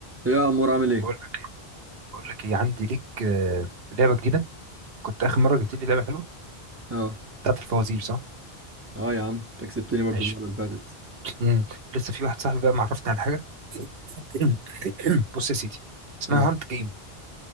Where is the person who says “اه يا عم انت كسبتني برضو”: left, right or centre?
Right